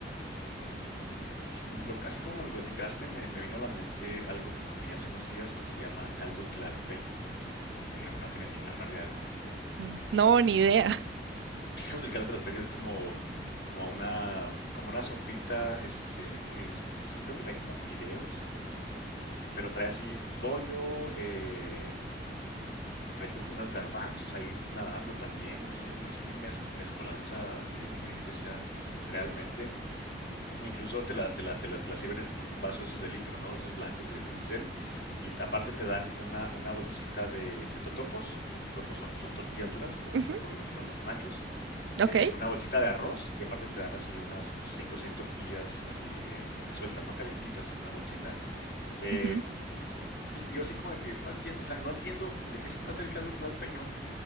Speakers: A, on the left (about 65°); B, on the right (about 85°).
A: Lo- así como me lo platicaste, me, me vino a la mente algo que comí hace unos días que se llama caldo tlalpeño. Imagino que no tienen ni la menor idea de lo que es, ¿verdad?
B: Mm, No, ni idea. <laughs>
A: <laughs> El caldo tlalpeño es como, como una, como una sopita, este, ¿de qué es? Mira, se- creo que trae como fideos, pero trae así pollo, eh, trae creo que unos garbanzos ahí nadando también, no sé, no sé qué mez- mezcolanza de, de ingredientes sea realmente. Incluso te la, te la, te la, te la sirven en, en un vaso esos de litro, ¿no? Esos blancos de, de unicel. Y t- aparte te dan una, una bolsita de, de totopos. Los totopos son, son tortillas duras, como,
B: Ujú,
A: como los para los nachos.
B: Ok.
A: eh, una bolsita de arroz y aparte te dan así unas cinco o seis tortillas, así eh, como que sueltas, ¿no? Calientitas en una bolsita. Eh,
B: ujú.
A: y, y- yo así como de que no entiendo, o sea, no entiendo de qué se trata el caldo tlalpeño,